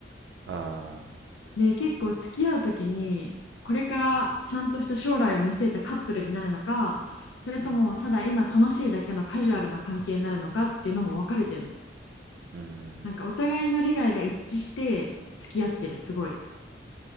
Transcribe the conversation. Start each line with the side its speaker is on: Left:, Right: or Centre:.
Right: ああ
Left: で、結構付き合うときに、これからちゃんとした将来を見据えたカップルになるのか、それともただ今楽しいだけのカジュアルな関係になるのかっていうのも分かれてんの。
Right: ーうんうん
Left: なんかお互いの利害が一致して付き合ってる、すごい。